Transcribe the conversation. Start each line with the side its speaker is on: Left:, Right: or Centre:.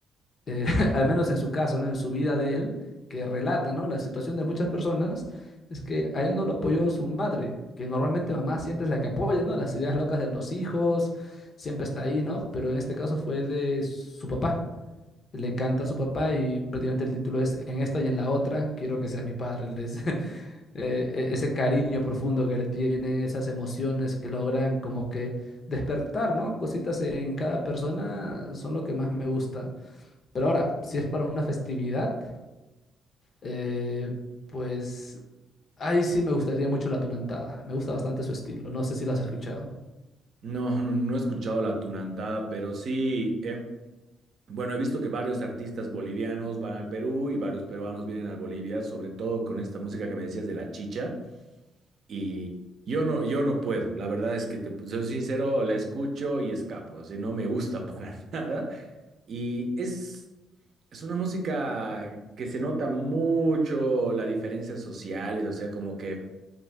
Left: eh, <laughs> al menos en su caso, ¿no? En su vida de él, que relata, ¿no? La situación de muchas personas, es que a él no lo apoyó su madre, que normalmente mamá siempre es la que apoya, ¿no? Las ideas locas de los hijos, siempre está ahí, ¿no? Pero en este caso fue de su papá le canta a su papá y prácticamente el título es En esta y en la otra, quiero que seas mi padre. Le dice, <laughs> eh, e- ese cariño profundo que le tienen, esas emociones que logran como que despertar, ¿no? Cositas en cada persona son lo que más me gusta. Pero ahora, si es para una festividad, eh, pues ahí sí me gustaría mucho la tunantada. Me gusta bastante su estilo. No sé si lo has escuchado.
Right: No, no, no he escuchado la tunantada, pero sí, eh, bueno, he visto que varios artistas bolivianos van al Perú y varios peruanos vienen a Bolivia, sobre todo con esta música que me decías de la chicha. Y yo no, yo no puedo, la verdad es que te soy sincero, la escucho y escapo, así no me gusta para <laughs> nada. Y es, es una música que se nota mucho las diferencias sociales, o sea, como que...